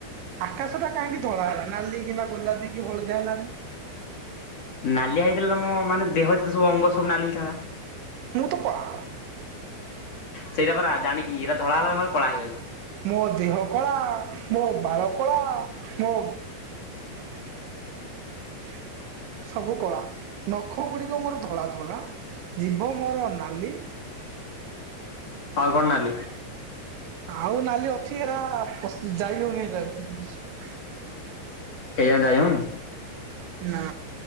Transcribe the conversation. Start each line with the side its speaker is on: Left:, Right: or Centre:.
Right: ଆକାଶ ଟା କାହିଁକି ଧଳା ହେଲା ନାଲି କିମ୍ବା ଗୋଲାପୀ କି ହଳଦିଆ ହେଲାନି?
Left: ନାଲିଆ ହେଇଥିଲେ ତମ ମାନେ ଦେହ ଯେତ ସବୁ ଅଙ୍ଗ ସବୁ ନାଲି ହେଇଥାନ୍ତା।
Right: ମୁଁ ତ କଳା।
Left: ସେଇଟା ପରା ଜାଣିକି ଏଇଟା ଧଳା ହେଲା ମୋର କଳା ହେଇଯାଉ।
Right: ମୋ ଦେହ କଳା, ମୋ ବାଳ କଳା ମୋ <unintelligible> ସବୁ କଳା, ନଖ ଗୁଡିକ ମୋର ଧଳା ଧଳା ଜିଭ ମୋର ନାଲି।
Left: ଆଉ କଣ ନାଲି?
Right: ଆଉ ନାଲି ଅଛି ଏରା ପଶି ଯାଇ ହଉନି ଏ ଜାଗା କୁ।
Left: କେଜାଣି ଯାଇ ହଉନି
Right: ନା।